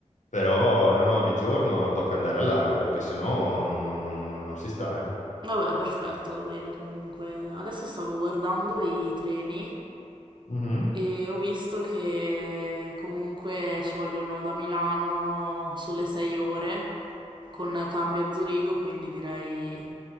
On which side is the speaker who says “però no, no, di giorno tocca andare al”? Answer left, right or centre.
Left